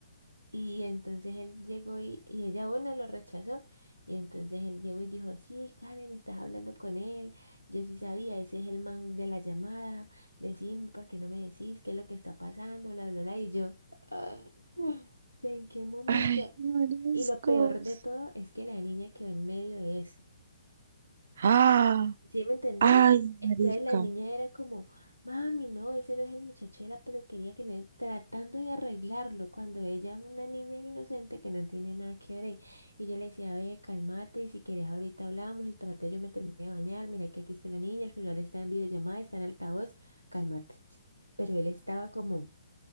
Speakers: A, on the right (about 90°); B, on the right (about 50°).
A: y entonces él llegó y, y ella, bueno, lo rechazó. Y entonces él llegó y dijo, sí, Karen, estás hablando con él. Yo sí sabía, ese es el man de la llamada. Decime, ¿por qué no me decís qué es lo que está pasando? Bla, bla, bla. Y yo, "Ah, ¿en qué momento?
B: Ay, mariscos.
A: Y lo peor de todo es que la niña quedó en medio de eso.
B: Ah,
A: ¿Sí me entendés?
B: ay,
A: Entonces
B: marica.
A: la niña era como, mami, no, ese no es el muchacho de la peluquería que no es tratando de arreglarlo cuando ella es una niña inocente que no tiene nada que ver. Y yo le decía, ve, cálmate, y si quieres ahorita hablamos, espérate, yo me terminé de bañar, mira que aquí está la niña, el celular está en videollamada, está en altavoz, cálmate. Pero él estaba como